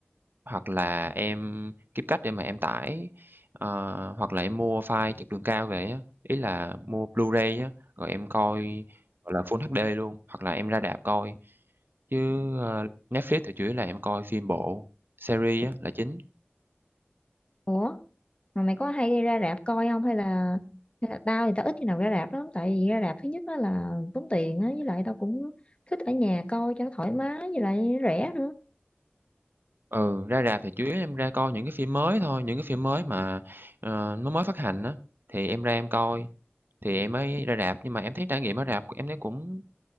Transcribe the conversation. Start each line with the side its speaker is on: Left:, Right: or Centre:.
Right: hoặc là em kiếm cách để mà em tải, ờ, hoặc là em mua file chất lượng cao về á, ý là mua Blu-ray á, rồi em coi, gọi là, Full HD luôn, hoặc là em ra rạp coi. Chứ, ơ, Netflix thì chủ yếu là em coi phim bộ, series á là chính.
Left: ủa mà mày có hay ra rạp coi không hay là, hay là tao thì tao ít khi nào ra rạp lắm tại vì ra rạp thứ nhất á là tốn tiền á với lại tao cũng thích ở nhà coi cho nó thoải mái với lại rẻ nữa
Right: Ừ, ra rạp thì chủ yếu em ra coi những cái phim mới thôi, những cái phim mới mà, ờ, nó mới phát hành á, thì em ra em coi, thì em mới ra rạp. Nhưng mà em thấy trải nghiệm ở rạp em thấy cũng